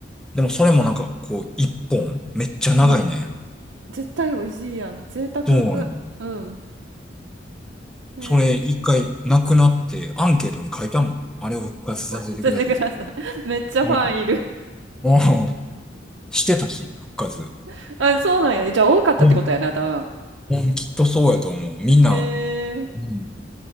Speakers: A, in the centre; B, on the right (about 80°).
A: でもそれもなんかこう、一本めっちゃ長いね。
B: うわ、絶対美味しいやん。贅沢。
A: そうやねん。
B: うん。ええ。
A: それ一回なくなってアンケートに書いたもん。あれを復活させてください。
B: <laughs> 教えてください。<laughs> めっちゃファンいる。
A: ね。もう、してたし、復活。
B: <laughs> あ、そうなんや。じゃあ多かったってことやな、
A: うん。
B: 多分。
A: うんきっとそうやと思う。みんな、
B: ええ。
A: うん。